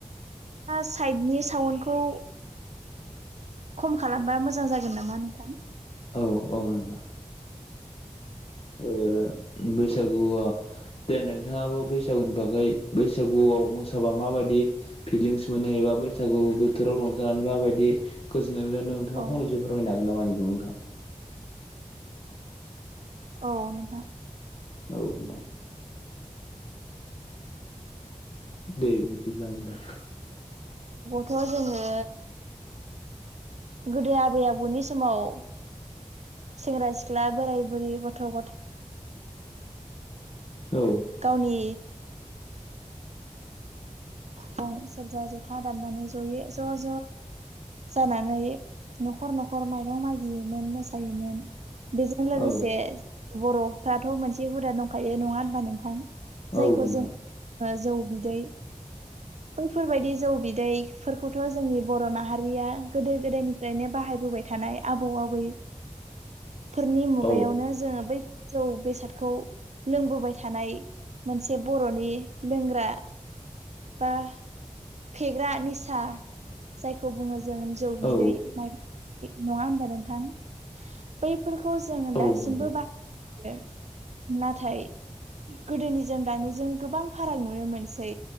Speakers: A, on the right; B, on the left.
A: दा साइडनि साउन्डखौ खम खालामबा मोजां जागोन नामा नोंथां।
B: औ औ नोंथां। औ बैसागु दे नोंथाङाबो बैसागुनि बागै बैसागुआव मोसाबा मा माबायदि फिलिंस मोनो एबा बैसागु बोथोराव रंजानानै माबायदि ओमफ्राय नोंथाङा
A: औ
B: फंनैसो फोरमायनो हागोन नामा होनदों नोंथां?
A: औ नोंथां।
B: औ नोंथां। दे बिदिब्ला होमबा।
A: थ' जोङो गोदो आबै आबौनि समाव सेंग्रा सिख्ला, बोराय बुरि, गथ' गथथाय
B: औ
A: गावनि फं सेरजा जथा दामनानै जयोै ज' ज' जानानै न'खर, न'खर माइरं मागियोमोन मोसायोमोन बेजों लोगोसे
B: औ
A: बर'फ्राथ' मोनसे हुदा दंखायो नङा होनबा नोंथां? जायखौ
B: औ नोंथां।
A: जों जौ बिदै बैफोरबायदि जौ बिदैफोरखौथ' जोंनि बर' माहारिया गोदो गोदायनिफ्रायनो बाहायबोबाय थादों। नाय आबौ आबै फोरनि मुगायावनो
B: औ
A: जोङो बै जौ बेसादखौ लोंबोबाय थानाय मोनसे बर'नि लोंग्रा बा फेग्रा निसा जायखौ बुङो जों जौ बिदै
B: औ
A: माइब नङा होनबा नोंथां बै बेफोरखौ जों दासिमबो
B: औ नंगौ
A: बाहायो नाथाय गोदोनि जों दानिजों गोबां फाराग नुनो मोनसै।